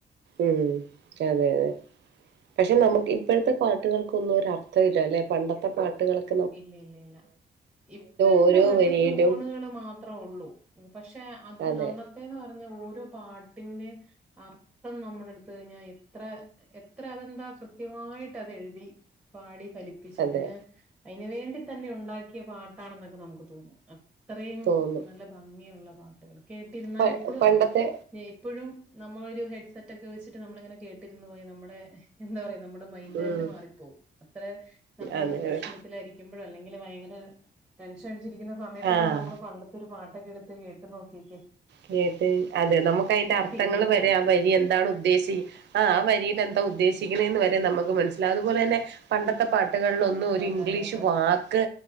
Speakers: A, on the right (about 70°); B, in the centre.
A: ഉം അതെ അതെ. പക്ഷെ നമുക്ക് ഇപ്പോഴത്തെ പാട്ടുകള്ക്കൊന്നും ഒരു അർഥമില്ല അല്ലെ. പണ്ടത്തെ പാട്ടുകള് -
B: ഇല്ലില്ല ഇല്ല ഇപ്പൊ എന്താ
A: ഓരോ
B: വെറുതെ
A: വരിയിലും
B: ടൂണുകള് മാ ത്ര ഉള്ളൂ. പക്ഷെ അത്
A: അതെ
B: അന്ന ത്തെന്ന് പറഞ്ഞ ഓരോ പാട്ടിന്റെ - അർത്ഥം നമ്മള് എടുത്തു കഴിഞ്ഞാ എത്ര എത്ര അതെന്താ കൃത്യമായിട്ട് അത് എഴുതി - പാടി ഫലിപ്പിച്ച്
A: അതെ
B: അതിന് അതിന് വേണ്ടി തന്നെ ഉണ്ടാക്കിയ പാട്ടാണെന്നൊക്കെ നമുക്ക് തോന്നും. അ അത്രയും
A: തോന്നും
B: നല്ല ഭംഗിയുള്ള പാട്ടുകള്. കേട്ടിരുന്നാൽ
A: പ
B: ഇപ്പളും
A: പണ്ടത്തെ
B: അതെ- ഇപ്പൊഴും നമ്മള് ഒരു ഹെഡ്സെറ്റ് ഒക്കെ വെച്ചിട്ട് നമ്മളിങ്ങനെ കേട്ടിരുന്നു പോയി നമ്മടെ- എന്താ പറയാ നമ്മുടെ മൈൻഡ്
A: ഉം
B: തന്നെ മാറിപ്പോവും. അത്ര നമ്മള്
A: അതെ
B: പ്ര
A: അതെ
B: ത്തിലായിരിക്കുമ്പഴോ അല്ലെങ്കില് ഭയങ്കര ടെൻഷൻ അടിച്ചിരിക്കുന്ന- സമയത്തൊക്കെ
A: ആഹ്
B: നമ്മള് പണ്ടത്തെൊരു പാട്ടൊക്കെ എടുത്ത് കേട്ടു നോക്കീക്കേ.
A: കേട്ട് അതെ നമുക്ക് അതിന്റെ അർത്ഥങ്ങൾ
B: ഫീലിംഗ്
A: വരെ
B: ആണ്
A: ആഹ് വരി എന്താണ് ഉദ്ദേശി ആഹ് ആ വരിയിൽ എന്താ ഉദ്ദേശിക്കണന്ന് വരെ നമുക്ക് മനസിലാവും അതുപോലെ തന്നെ- പണ്ടത്തെ പാട്ടുകളിൽ
B: അതെ
A: ഒന്നും
B: അതെ
A: ഒരു
B: അതെ
A: ഇംഗ്ലീഷ്
B: അതെ അതെ അതെ
A: വാക്ക്